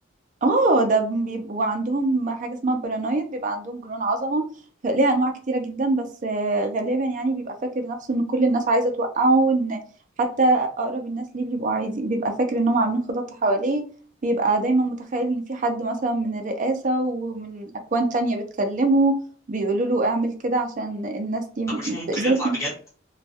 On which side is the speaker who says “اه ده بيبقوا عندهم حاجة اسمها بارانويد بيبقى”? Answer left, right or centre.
Right